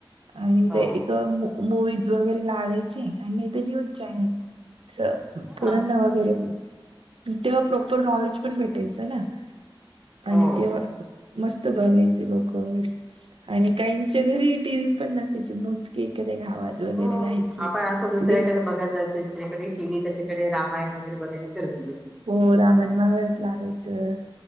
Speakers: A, on the right; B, in the centre.
A: आणि
B: हो
A: त्या एका मु मूवीज वगैरे लागायचे आणि नाही तर न्यूज चॅनल असं.
B: हा
A: पोरांना वगैरे तेव्हा प्रॉपर
B: तेच.
A: नॉलेज पण भेटायचं ना. आणि
B: हो.
A: ते मस्त बघायचे लोक वगैरे आणि काहींच्या घरी टी व्ही पण नसायची मोजके एखाद्या गावात. वगैरे
B: हो
A: राहायचे
B: आपण असं दुसऱ्याकडे
A: तिथे
B: बघायला जायचो. ज्याच्याकडे टी व्ही त्याच्याकडे रामायण वगैरे बघायला चलो.
A: हो रामायण महाभारत लागायचं